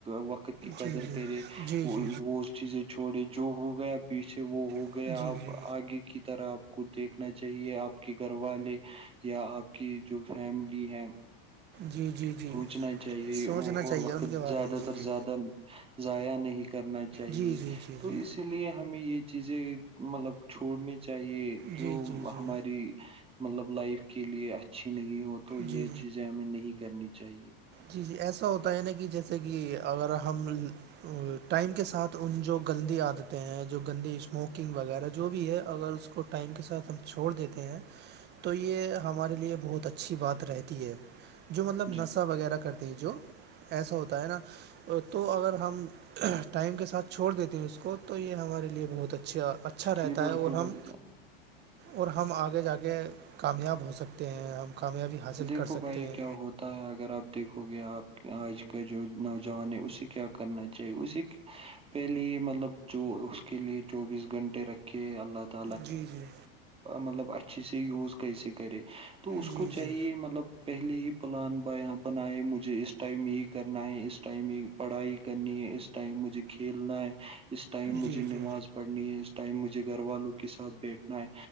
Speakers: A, on the right; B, on the right.
A: وقت قت کی قدر
B: جی
A: کرے
B: جی
A: وہ
B: جی جی جی
A: اس چیزیں چھوڑے جو ہو گیا پیچھے وہ ہو
B: جی
A: گیا اب
B: جی
A: آگے کی طرح کو دیکھنا چاہیے آپ کے گھر والے یا آپ کی جو فیملی ہے
B: جی جی جی
A: پچنا چاہیے
B: سوچنا
A: وہ
B: چاہیے
A: اور وقت
B: ان کے بارے
A: زیادہ
B: میں جی
A: تر
B: جی
A: زیادہ ضائع نہیں کرنا چاہیے
B: جی جی جی
A: تو
B: جی
A: اس اس لیے ہمیں یہ چیزیں مطلب چھوڑنی چاہیے
B: جی
A: جو
B: جی جی جی
A: ہماری مطلب لائف کے لیے اچھی نہیں ہوتی تو یہ
B: جی
A: چیزیں ہمیں نہیں کرنی چاہیے
B: جی ایسا ہوتا ہے نا کہ جیسے کہ اگر ہم ٹائم کے ساتھ ان جو گندی عادتیں ہیں جو گندی اسموکنگ وغیرہ جو بھی ہے اگر اس اس کو ٹائم کے ساتھ ہم چھوڑ دیتے ہیں تو یہ ہمارے لیے بہت اچھی بات رہتی ہے جو مطلب
A: جی
B: نشہ وغیرہ کرتے ہیں جو ایسا ہوتا ہے نا تو اگر ہم ٹائم کے ساتھ چھوڑ دیتے ہیں اس کو تو یہ ہمارے لیے بہت اچھا اچھا اچھا
A: جی
B: رہتا
A: بالکل
B: ہے اور ہم
A: بھائی جان
B: اور ہم آگے جا کے کامیاب ہو سکتے ہیں ہم کامیابی حاصل
A: دیکھو
B: کر سکتے
A: بھائی
B: ہیں
A: کیا ہوتا ہے اگر آپ دیکھو گے آپ کہ آج کا جو نوجوان ہے اسے کیا کرنا چاہیے اسے پہلے ہی مطلب جو اس کے لیے چوبیس گھنٹے رکھے اللہ
B: جی جی
A: مطلب اچھی سی یوز کیسے کرے تو اس
B: جی
A: کو چاہیے
B: جی
A: مطلب پہلے ہی پلان بنائے مجھے اس ٹائم یہ کرنا ہے اس ٹائم یہ پڑھائی کرنی ہے اس ٹائم مجھے کھیلنا ہے اس ٹائم مجھے
B: جی
A: نماز
B: جی
A: پڑھنی ہے اس ٹائم مجھے گھر والوں کے ساتھ بیٹھنا ہے